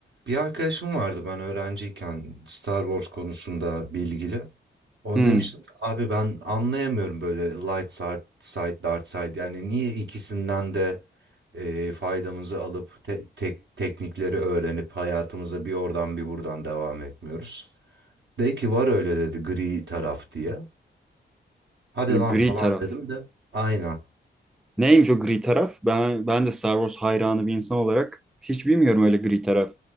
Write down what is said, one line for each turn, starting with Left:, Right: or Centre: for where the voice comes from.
Right: Bir arkadaşım vardı ben öğrenciyken Star Wars konusunda bilgili. Onu
Centre: Hmm,
Right: demiştim abi ben anlayamıyorum böyle light side, side dark side yani niye ikisinden de e, faydamızı alıp te- tek teknikleri öğrenip hayatımıza bir oradan bir buradan devam etmiyoruz. De ki var öyle dedi gri taraf diye. Hadi lan
Centre: gri
Right: falan
Centre: taraf.
Right: dedim de aynen.
Centre: Neymiş o gri taraf? Ben ben de Star Wars hayranı bir insan olarak hiç bilmiyorum öyle gri taraf.